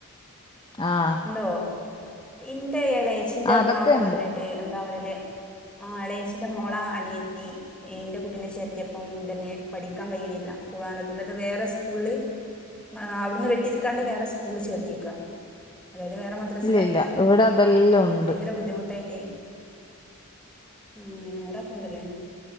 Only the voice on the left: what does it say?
ആഹ്
അതൊക്കെ
ഇണ്ട്
ഇല്ല ഇല്ല ഇവിടെ അതെല്ലാം ഉണ്ട്